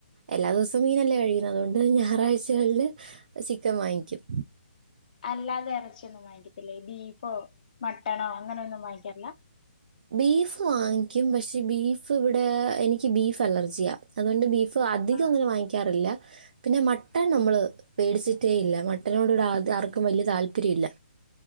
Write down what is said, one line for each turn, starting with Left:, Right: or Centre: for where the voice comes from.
Right: എല്ലാ ദിവസോം എപ്പോളും മീനല്ലേ കഴിക്കുന്നത് അതുകൊണ്ട് ഞായറാഴ്ചകളില് ചിക്കൻ വാങ്ങിക്കും
Left: അല്ലാതെ ഇറച്ചിയൊന്നും വാങ്ങിക്കത്തില്ലേ ബീഫോ മട്ടണോ അങ്ങനെയൊന്നും വാങ്ങിക്കാറില്ല
Right: ബീഫ് വാങ്ങിക്കും പക്ഷെ ബീഫ് ഇവിടെ എനിക്ക് ബീഫ് അലർജിയാ അതുകൊണ്ട് ബീഫ് ഇപ്പോൾ അധികം
Left: ആഹ്
Right: അങ്ങനെ വാങ്ങിക്കാറില്ല പിന്നെ മട്ടൺ നമ്മള് മേടിച്ചിട്ടേയില്ല ഇല്ല മട്ടനോട് ആർക്കും വല്യ താല്പര്യം ഇല്ല